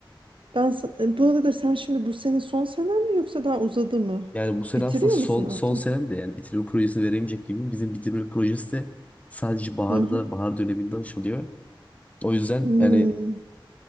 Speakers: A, on the right; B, on the left.
A: Ben sa- e, bu arada sen şimdi bu senin son senen mi yoksa daha uzadı mı?
B: Yani bu sene
A: Bitiriyor
B: aslında son
A: musun artık?
B: son senem de yani bitirme projesini veremeyecek gibi. Bizim bitirme projesi de sadece baharda,
A: Hı hı.
B: bahar döneminde açılıyor. O yüzden
A: Hmm.
B: yani